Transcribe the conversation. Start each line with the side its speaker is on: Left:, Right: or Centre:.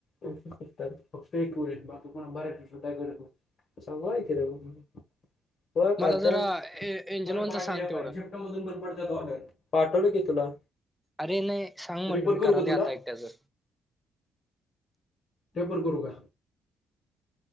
Left: एकशे सत्तर फक्त एक वेळेस बाकी पुन्हा भरायचे सुद्धा गरज नाही. चागलं आहे कि रे मंग हो काता
Centre: मला जरा
Left: थड
Centre: ए एंजल वनचं
Left: पार्टला
Centre: सांग तेवढं
Left: पाहिजे बंद पडत्यात ऑर्डर पाठवलं की तुला.
Centre: अरे नाही सांग म्हंटलो
Left: रिपोर्ट
Centre: मी
Left: करू
Centre: करालोय
Left: का तुला
Centre: आता एकट्याचं.
Left: ते पण करू का?